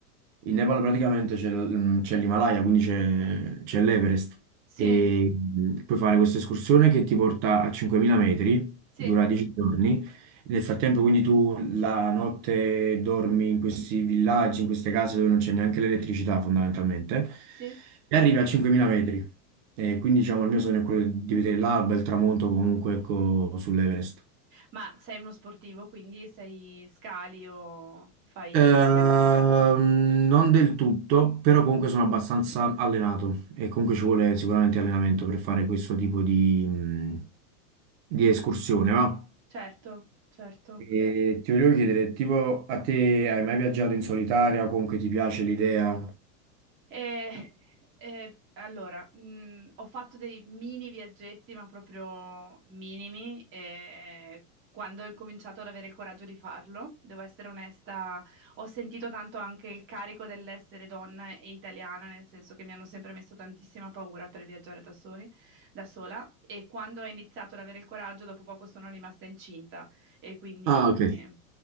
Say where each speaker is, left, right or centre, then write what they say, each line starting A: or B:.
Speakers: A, on the right; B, on the right.
A: In Nepal praticamente c'è l- mm, c'è l'Himalaya, quindi c'è c'è l'Everest
B: sì,
A: e mh, puoi fare questa escursione che ti porta a 5.000 metri,
B: sì,
A: dura 10 giorni. Nel frattempo quindi tu la notte dormi in questi villaggi, in queste case dove non c'è neanche l'elettricità fondamentalmente
B: sì.
A: e arrivi a 5.000 metri. E quindi diciamo il mio sogno è quello di vedere l'alba, e il tramonto comunque ecco, sull'Everest.
B: Ma sei uno sportivo, quindi sei scali o fai
A: Ehm,
B: trekking?
A: non del tutto, però comunque sono abbastanza allenato e comunque ci vuole sicuramente allenamento per fare questo tipo di, mh, di escursione, va?
B: Certo, certo.
A: E ti volevo chiedere, tipo a te hai mai viaggiato in solitaria o comunque ti piace l'idea?
B: Eh, eh, allora, mh, ho fatto dei mini viaggetti, ma proprio minimi, eh, quando ho incominciato ad avere il coraggio di farlo, devo essere onesta, ho sentito tanto anche il carico dell'essere donna e italiana, nel senso che mi hanno sempre messo tantissima paura per viaggiare da soli, da sola, e quando ho iniziato ad avere il coraggio, dopo poco sono rimasta incinta e quindi...
A: Ah, ok.